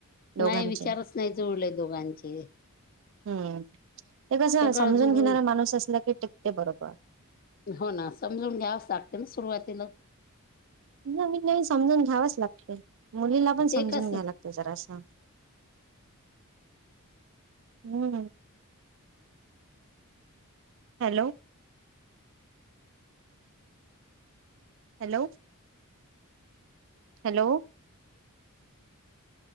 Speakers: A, on the right; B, on the left.
A: दोघांचे
B: नाही विचारच नाही जुळले दोघांचे
A: हम्म ते कसं
B: सगळं
A: समजून
B: जुळून
A: घेणारा माणूस असला की टिकते बरोबर
B: हो ना समजून घ्यावच लागते ना सुरुवातीला
A: नवीन नवीन समजून घ्यावच लागते मुलीला पण
B: ते
A: समजून
B: कसं
A: घ्याव लागतं. ते जरा असं हम्म hello hello hello